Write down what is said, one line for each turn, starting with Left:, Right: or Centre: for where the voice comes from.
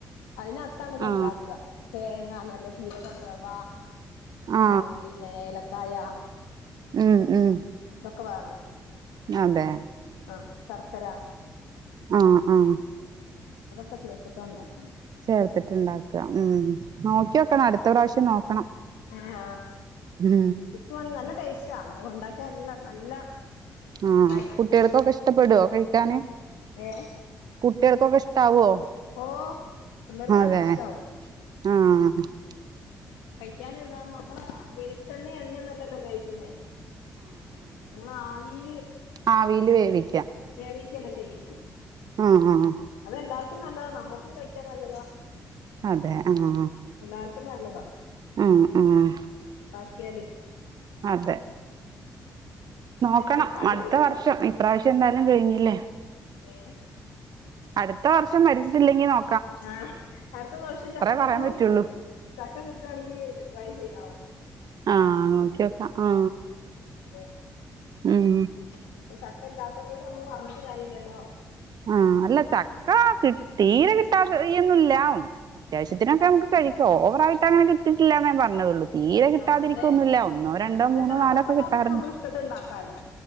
Left: അയ്നകത്താണ് ഇത്
Right: ആ
Left: ഇണ്ടാക്കാ തേങ്ങ, നല്ല ജീരകം, റവ
Right: ആ
Left: ഉം പിന്നെ ഏലക്കായ
Right: ഉം ഉം
Left: ഇതൊക്കെ വേണം
Right: അതെ
Left: ആഹ് ശർക്കര
Right: ആഹ് ആഹ്
Left: അതൊക്കെ ചേർത്തിട്ടാണ് ഇണ്ടാക്ക്ന്ന്
Right: ചേർത്ത്ട്ട് ഇണ്ടാക്കാ ഉം നോക്ക്യോക്കണം അട്ത്ത പ്രാവശ്യം നോക്കണം
Left: ഉം ന്ന് ആഹ്
Right: ഉം
Left: കിട്ടുവാണെങ്കി നല്ല ടേസ്റ്റാ അഹ് ഉണ്ടാക്കിയ നല്ല നല്ല
Right: ങ്ങ്
Left: ഇതായിരിക്കും
Right: ആഹ് കുട്ടികൾക്കൊക്കെ ഇഷ്ടപ്പെടോ കഴിക്കാന്
Left: ഏ
Right: കുട്ടികൾക്കൊക്കെ ഇഷ്ടാവോ
Left: ഓഹ് പിള്ളേർക്ക്
Right: അതെ
Left: നല്ല ഇഷ്റ്റാവും
Right: ആഹ് ഹാ ഹാ
Left: കഴിക്കാതിര്ന്നാ മമ്മള് വെളിച്ചെണ്ണയും എണ്ണ്യന്നൊല്ലല്ലോ ഉപയോഗിക്കുന്നേ നമ്മള് ആവിയില്
Right: ആവിയില് വേവി
Left: വേവിക്ക്യല്ല ചെയ്യുന്നേ
Right: ആഹ് ആഹ് ആഹ്
Left: അതെല്ലാർക്കും നല്ലതാ നമ്മുക്കും കഴിക്കാൻ നല്ലതാ
Right: അതെ ആഹ്
Left: എല്ലാർക്കും നല്ലതാ
Right: ആഹ് ആഹ്
Left: ബാക്കിയല്
Right: അതെ നോക്കണം
Left: ഇന്ന് പണിയുണ്ട്
Right: അടുത്ത വർഷം
Left: ട്ടോ
Right: ഇപ്രാവശ്യം എന്തായാലും കഴിഞ്ഞില്ലേ
Left: ഏഹ്
Right: അടുത്ത വർഷം മരിച്ചില്ലെങ്കി നോ
Left: ആഹ് അടുത്ത വർഷം ചക്ക കിട്ടു
Right: പറയാൻ പറ്റുള്ളൂ
Left: ചക്ക കിട്ടാണെങ്കി ട്രൈ ചെയ്താ മതി
Right: ആഹ് നോക്കി നോക്കാം ആ
Left: അതെ
Right: ഉം
Left: പിന്നെ ചക്ക ഇല്ലാത്തത് കൊണ്ട് നമ്മക്ക് പറഞ്ഞിട്ട് കാര്യല്ലല്ലോ
Right: ആഹ് അല്ല ചക്ക കി തീരെ കിട്ടാ <unintelligible> ന്നും ഇല്ല അത്യാവ്യത്തിനൊക്കെ നമുക്ക് കഴിക്കാം ഓവറയിട്ട്ങ്ങനെ കിട്ടിയിട്ടില്ലാന്നെ ഞാൻ പറഞ്ഞതൊള്ളൂ തീരെ കിട്ടാതിരിക്കുവൊന്നുല്ല
Left: ആഹ് അതെ
Right: ഒന്നോ രണ്ടോ
Left: അതല്ല
Right: മൂന്നോ
Left: നമ്മുക്കുണ്ടാവുമ്പോ
Right: നാലോ ഒക്കെ കിട്ടാറുണ്ട്
Left: ഇനി നമ്മളെ ഇഷ്ടത്തിന് ഇണ്ടാക്കാലോ